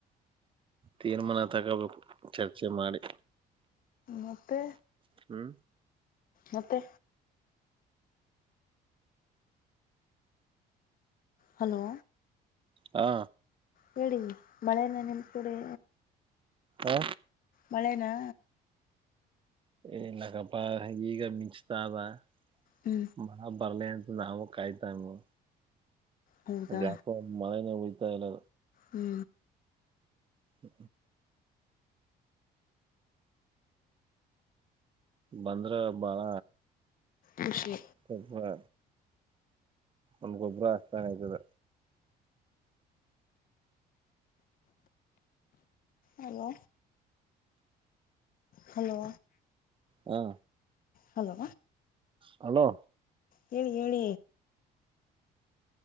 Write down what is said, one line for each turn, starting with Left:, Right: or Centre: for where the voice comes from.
Right: ತೀರ್ಮಾನ ತಗೋಬೇಕು ಚರ್ಚೆ ಮಾಡಿ.
Left: ಮತ್ತೆ.
Right: ಹು
Left: ಮತ್ತೆ. ಹಲೋ.
Right: ಹಾ.
Left: ಹೇಳಿ ಮಳೆನಾ ನಿಮ್ಮ ಕಡೆ.
Right: ಆ
Left: ಮಳೆ ನಾ
Right: ಇನ್ನ ಕಪ್ಪ ಈಗ ಮಿಂಚ್ತಾತಾಯಿದ.
Left: ಹು
Right: ಮಗಾ ಬರ್ಲಿ ಅಂತೇಳಿ ಅವ್ವಾ ಕಾಯತ್ತಾರ್ಬೇಕು.
Left: ಹೌದಾ
Right: ಅದ ಯಾಕೊ ಮಳೆನೆ ಉಯ್ತಾ ಇಲ್ಲಾ.
Left: ಹಾ
Right: ಹು ಬಂದ್ರ ಬಾಳ.
Left: ಮುಷಿ
Right: ಪಪ್ಪಾ ಒಂದ ಗೊಬ್ಬರಾ ಆಕ್ತಾ ಆಗೆದ.
Left: Hello hello.
Right: ಹಾ
Left: ಹಲೋ
Right: ಹಾ ಹಲೋ
Left: ಹೇಳಿ ಹೇಳಿ.